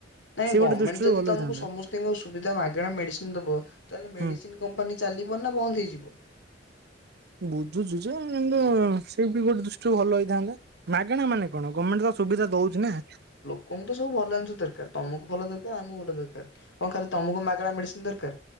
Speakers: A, on the left (about 70°); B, on the right (about 60°).
A: ନାଇଁ
B: ସେ
A: ଗଭ୍ମେଣ୍ଟ
B: ଗୋଟେ ଦୃଷ୍ଟିରୁ
A: ଯଦି
B: ଭଲ
A: ତମକୁ
B: ହେଇଥାନ୍ତା
A: ସମୋସ୍ ତେଣୁ ସୁବିଧା ମାଗଣା ମେଡିସିନ୍ ଦବ। ତାହେଲେ ମେଡିସିନ୍
B: ହୁଁ।
A: କମ୍ପାନୀ ଚାଲିବ ନା ବନ୍ଦ ହେଇଯିବ?
B: ବୁଝୁଛୁ ଯେ, କିନ୍ତୁ ସେବି ଗୋଟେ ଦୃଷ୍ଟିରୁ ଭଲ ହେଇଥାନ୍ତା ମାଗେଣା ମାନେ କଣ ଗଭ୍ମେଣ୍ଟ ତ ସୁବିଧା ଦଉଛି ନା?
A: ତମ କୁ ତ ସବୁ ଭଲ ଜିନଷ ଦରକାର। ତମକୁ ଭଲ ଦରକାର, ଆମକୁ ଭଲ ଦରକାର। କଣ ଖାଲି ତମକୁ ମାଗଣା ମେଡ଼ିସିନ୍ ଦରକାର?